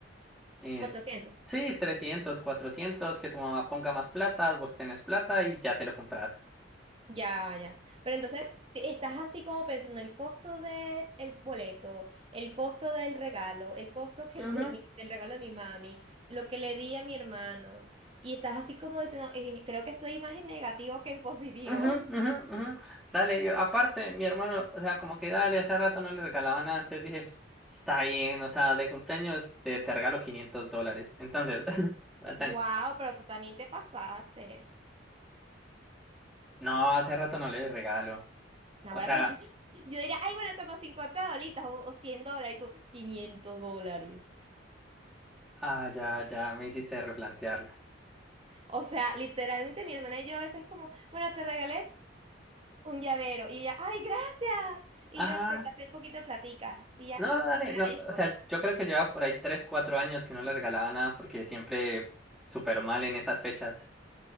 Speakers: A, in the centre; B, on the right.
A: eh,
B: 400.
A: sí, 300, 400, que tu mamá ponga más plata, vos tenés plata y ya te lo compras.
B: Ya, ya. Pero entonces te- estás así como pensando el costo del boleto, el costo del regalo, el costo que
A: Ujú.
B: el de mi- del regalo de mi mami, lo que le di a mi hermano. Y estás así como diciendo, "Eh, creo que estoy más en negativo que en positivo.
A: Ujú,
B: <laughs>
A: ujú, ujú. Dale, yo, aparte, mi hermano, o sea, como que dale, hace rato no le regalaba nada, entonces dije, está bien, o sea, de cumpleaños te, te regalo 500 dólares. Entonces, <laughs> Nathan,
B: Wow, pero tú también te pasaste.
A: no, hace rato no le regalo.
B: Ahora,
A: O sea,
B: pero <laughs> se- yo diría, ay, bueno, toma 50 dolitas o, o 100 dólares y tú, 500 dólares.
A: ah, ya, ya me hiciste replantearlo.
B: O sea, literalmente mi hermana y yo a veces es como, bueno, te regalé un llavero. Y ella, ay, gracias. Y
A: Ajá,
B: yo, te pasé un poquito de platica. Y ella,
A: no, dale,
B: te
A: no,
B: agradezco.
A: o sea, yo creo que lleva por ahí 3 4 años que no le regalaba nada porque siempre súper mal en esas fechas.